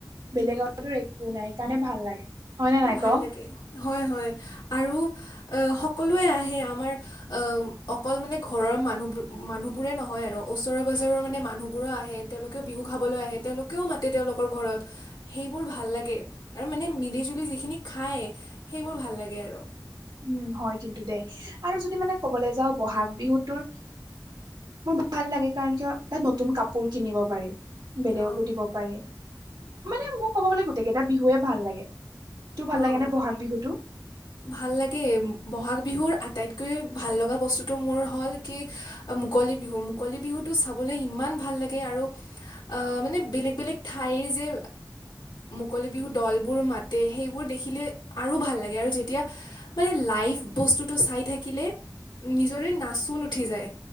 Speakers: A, on the right; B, on the left.
A: বেলেগ <unintelligible> একো নাই সেইকাৰণে ভাল লাগে। হয় নে নাই
B: ভাল
A: ক
B: লাগে হয় হয় আৰু অ' সকলোৱে আহে আমাৰ অ' অকল মানে ঘৰৰ মানুহ মানুহবোৰে নহয় আৰু ওচৰ পাজৰৰ মানে মানুহবোৰো আহে। তেওঁলোকেও বিহু খাবলৈ আহে তেওঁলোকেও মাতে তেওঁলোকৰ ঘৰত। সেইবোৰ ভাল লাগে, আৰু মানে মিলি জুলি যিখিনি খায় সেইবোৰ ভাল লাগে আৰু।
A: উম, হয় কিন্তু দেই আৰু যদি মানে ক'বলৈ যাওঁ বহাগ বিহুটোৰ মোৰ ভাল লাগে কাৰণ কিয় তাত নতুন কাপোৰ কিনিব পাৰি। বেলেগকো
B: অঁ
A: দিব পাৰি, মানে মোৰ ক'ব গ'লে গোটেই কেইটা বিহুৱে ভাল লাগে। তোৰ
B: অঁ
A: ভাল লাগে নে বহাগ বিহুটো?
B: ভাল লাগে বহাগ বিহুৰ আটাইতকৈ ভাল লগা বস্তুটো মোৰ হ'ল কি মুকলি বিহু মুকলি বিহুটো চাবলৈ ইমান ভাল লাগে আৰু মানে বেলেগ বেলেগ ঠাইৰ যে মুকলি বিহু দলবোৰ মাতে সেই <inaudible> নিজৰে নাচ ন উঠি যায়